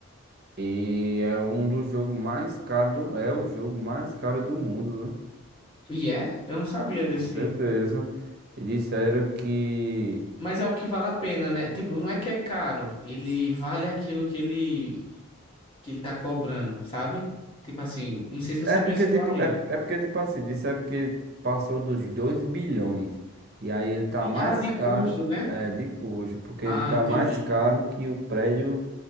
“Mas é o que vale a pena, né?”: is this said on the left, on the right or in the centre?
Left